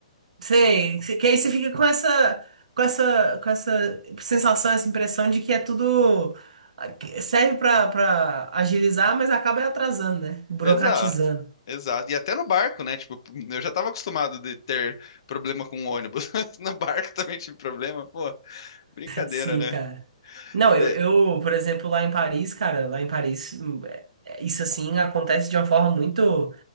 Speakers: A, on the right; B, on the left.
A: Sei. Que aí você fica com essa. Com essa. Com essa sensação, essa impressão de que é tudo. Serve pra, pra agilizar, mas acaba atrasando, né? Burocratizando.
B: Exato, exato. E até no barco, né? Tipo, eu já tava acostumado de ter problema com o ônibus. <laughs> No barco também tive problema. Pô, brincadeira,
A: Sim,
B: né?
A: cara. Não, eu,
B: De-
A: eu, por exemplo, lá em Paris, cara, lá em Paris, hum, é- é- isso assim acontece de uma forma muito.